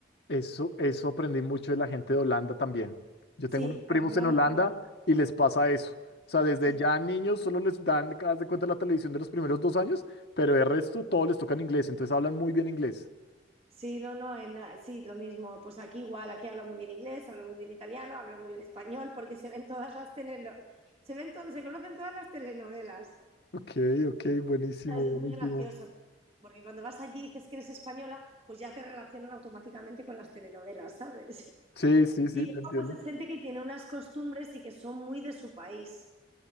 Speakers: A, on the left; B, on the right.
A: Eso, eso aprendí mucho de la gente de Holanda también. Yo
B: Sí,
A: tengo unos primos
B: ah, en Holanda
A: en Holanda
B: también.
A: y les pasa eso. O sea, desde
B: Sí,
A: ya niños solo les dan, haz de cuenta, la televisión de los primeros dos años, pero de resto todo les toca en inglés, entonces hablan muy bien inglés.
B: sí, no, no, en, ah, sí, lo mismo. Pues aquí igual, aquí hablan muy bien inglés, hablan muy bien italiano, hablan muy bien español, porque se ven todas las telenovelas, se ven todo- se conocen todas las telenovelas.
A: Ok, ok, buenísimo,
B: ¿Sabes?
A: buenísimo.
B: Es muy gracioso, porque cuando vas allí y dices que eres española, pues ya te relacionan automáticamente con las telenovelas, ¿sabes? <laughs>
A: Sí, sí, sí,
B: Y luego,
A: te entiendo.
B: pues es gente que tiene unas costumbres y que son muy de su país,